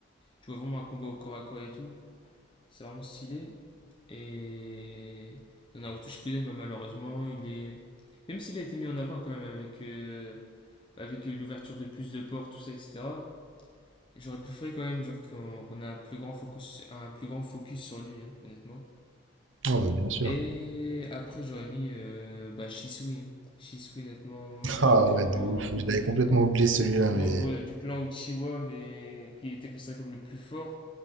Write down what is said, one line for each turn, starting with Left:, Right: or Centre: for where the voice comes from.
Left: Tu vois vraiment un combat au corps à corps et tout. C'est vraiment stylé. Et. Dans Naruto Shippuden, bah, malheureusement, il est. Même s'il a été mis en avant quand même avec. euh, avec l'ouverture de plus de portes, tout ça, etc. J'aurais préféré quand même genre qu'on qu'on ait un plus grand focus, un plus grand focus sur lui, hein, honnêtement.
Right: Oh, bah, bien sûr.
Left: Et après j'aurais mis euh, bah, Shisui, hein. Shisui, honnêtement, membre
Right: <laughs> Ah
Left: du
Right: ouais,
Left: clan,
Right: de ouf. Je l'avais complètement oublié celui-là,
Left: membre
Right: mais.
Left: du clan Uchiwa, mais qui était considéré comme le plus fort,